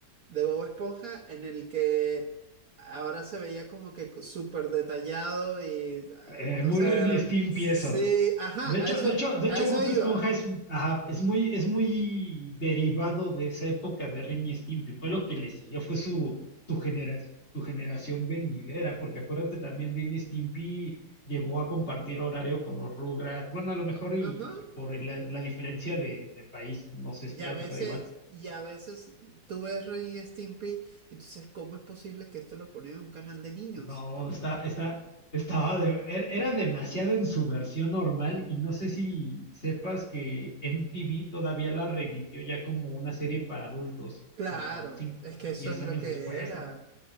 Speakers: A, on the right; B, on the left.
A: de Bob Esponja en el que ahora se veía como que cu- súper detallado y ah,
B: Eh,
A: no
B: muy
A: sé,
B: Ren
A: de
B: y
A: rep-
B: Stimpy
A: sí,
B: eso.
A: sí, ajá,
B: De hecho,
A: a eso,
B: de hecho, de
A: a
B: hecho,
A: eso
B: Bob
A: iba.
B: Esponja es, ajá, es muy, es muy derivado de esa época de Ren y Stimpy. Fue lo que le siguió, fue su, su genera- su generación venidera, porque acuérdate también, Ren y Stimpy llegó a compartir horario con los Rugrats. Bueno, a lo mejor y,
A: Ajá.
B: y por el- la, la diferencia de, de país, no sé si
A: Y
B: te
A: a
B: haya
A: veces,
B: tocado igual,
A: y a veces tú ves Ren y Stimpy y tú dices, ¿cómo es posible que esto lo ponen en un canal de niños?
B: No, está, está, estaba de- er- era demasiado en su versión normal y no sé si sepas que MTV todavía la revivió ya como una serie para adultos,
A: Claro,
B: como 5,
A: es que
B: 10
A: eso es lo
B: años
A: que
B: después,
A: era.
B: ¿no?